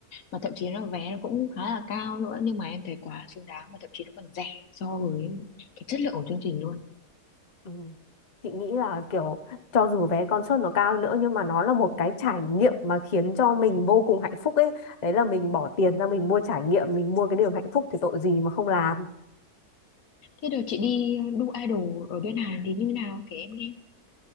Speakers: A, on the left; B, on the left.
A: mà thậm chí là vé nó cũng khá là cao nữa nhưng mà em thấy quá xứng đáng mà thậm chí nó còn rẻ so với cái chất lượng của chương trình luôn
B: Ừ. Chị nghĩ là kiểu cho dù vé concert nó cao hơn nữa nhưng mà nó là một cái trải nghiệm mà khiến cho mình vô cùng hạnh phúc ấy. Đấy là mình bỏ tiền ra mình mua trải nghiệm, mình mua cái niềm hạnh phúc thì tội gì mà không làm.
A: thế rồi chị đi đu idol ở bên Hàn thì như nào kể em nghe